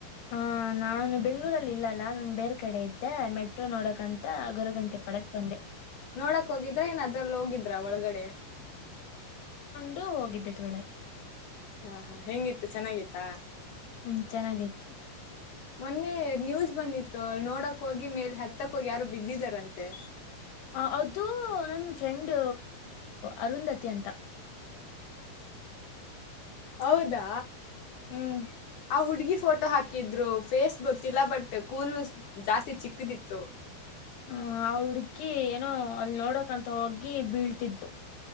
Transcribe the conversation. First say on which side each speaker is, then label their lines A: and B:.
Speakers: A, on the left; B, on the left.
A: ಹ ನಾನು ಬೆಂಗಳೂರ ಇಲ್ಲಲ್ಲಾ ನಂದ ಬೇರೆ ಕಡೆ ಇದ್ದೆ ಮೆಟ್ರೋ ನೋಡಕ್ಂತ ಗೊರಗುಂಟೆಪಾಳ್ಯಕ್ಕ ಬಂದೆ
B: ನೋಡಕ್ ಹೋಗಿದ್ರ ಇನ್ ಅದ್ರಲ್ಲಿ ಹೋಗಿದ್ರ ಒಳಗಡೆ
A: ಎಷ್ಟೂ ಹೋಗಿದ್ದೆ ತರೊಳಗೆ
B: ಹಾ ಹಾ ಹೆಂಗಿತ್ತು ಚೆನ್ನಾಗಿತ್ತಾ
A: ಹ್ಮ್ ಚೆನ್ನಾಗಿತ್ತು
B: ಮೊನ್ನೆ ನ್ಯೂಸ್ ಬಂದಿತ್ತು ಅ ನೋಡಕ್ ಹೋಗಿ ಮೇಲೆ ಹತ್ತಕ್ ಹೋಗಿ ಯಾರು ಬಿದ್ದಿದಾರಂತೆ
A: ಹ ಅದು ನ ಫ್ರೆಂಡ್ ಅರುಂಧತಿ ಅಂತ
B: ಹೌದಾ
A: ಹ್ಞೂ
B: ಆ ಹುಡ್ಗಿ ಫೋಟೋ ಹಾಕಿದ್ರು ಫೇಸ್ ಗೊತ್ತಿಲ್ಲ ಬಟ್ ಕೂಲ್ ಜಾಸ್ತಿ ಚಿಕ್ಕದಿತ್ತು
A: ಹ್ಮ ಆ ಹುಡ್ಗಿ ಏನೋ ಅಲ್ಲಿ ನೋಡಕಂತ ಹೋಗಿ ಬೀಳ್ತಿದ್ಲು